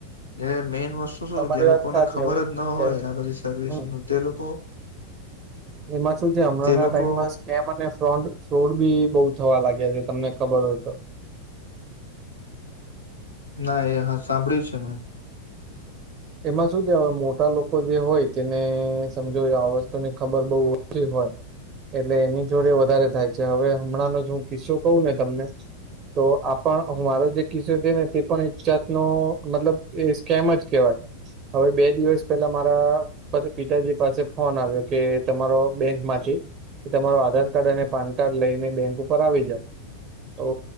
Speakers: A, on the left (about 80°); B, on the right (about 30°).
A: જે મેન વસ્તુ શું
B: તમારી
A: શું જે લોકોને
B: વાત સાચી
A: ખબર
B: હવે
A: જ ના હોય
B: એ
A: આ બધી સર્વિસ
B: હમ
A: નું તે લોકો
B: એમાં શું છે હમણાંના
A: તે લોકો
B: ટાઈમમાં સ્કેમ અને ફ્રોડ રોડ બી બઉ થવા લાગ્યા છે તમને ખબર હોય તો?
A: ના એ હા સાંભળ્યું છે મેં.
B: એમાં શું છેવે મોટા લોકો જે હોય તેને સમજો આ વસ્તુની ખબર બહુ ઓછી હોય. એટલે એની જોડે વધારે થાય છે હવે હમણાંનો જો હું કિસ્સો કવું ને તમને તો આપણ મારો જે કિસ્સો છે ને તે પણ એક જાતનો મતલબ એ સ્કેમ જ કેહેવાય. હવે બે દિવસ પેલા મારા પછ પિતાજી પાસે ફોન આવ્યો કે તમારો બેંક માંથી એ તમારું આધાર કાર્ડ અને પાન કાર્ડ લઈને બેંક ઉપર આવી જાવ. તો